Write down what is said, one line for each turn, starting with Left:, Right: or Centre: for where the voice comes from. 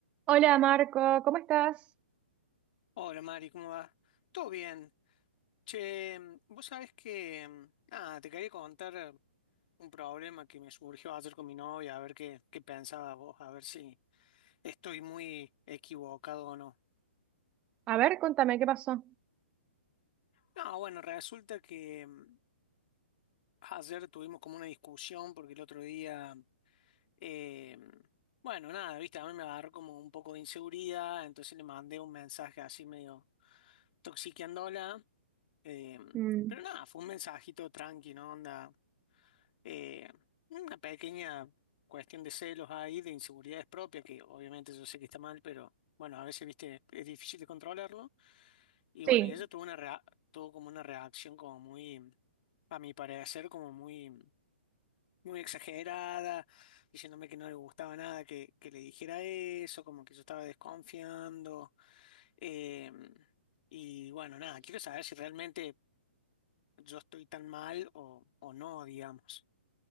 Right: Hola Marco, ¿cómo estás?
Left: Hola Mari, ¿cómo vas? Todo bien. Che, mm, vos sabés que, mm, nada, te quería contar eh, un problema que me surgió ayer con mi novia, a ver qué, qué pensaba vos, a ver si estoy muy equivocado o no.
Right: A ver, contame qué pasó.
Left: No, bueno, resulta que mm, ayer tuvimos como una discusión porque el otro día Eh, bueno, nada, viste, a mí me agarró como un poco de inseguridad, entonces le mandé un mensaje así medio toxiqueándola. eh,
Right: Mm,
Left: pero nada, fue un mensajito tranqui, ¿no? Onda, eh, una pequeña cuestión de celos ahí, de inseguridades propias, que obviamente yo sé que está mal, pero bueno, a veces, viste, es difícil de controlarlo. Y
Right: sí,
Left: bueno, y ella tuvo una rea- tuvo como una reacción como muy, a mi parecer, como muy muy exagerada, diciéndome que no le gustaba nada que, que le dijera eso, como que yo estaba desconfiando. Eh, y bueno, nada, quiero saber si realmente yo estoy tan mal o, o no, digamos.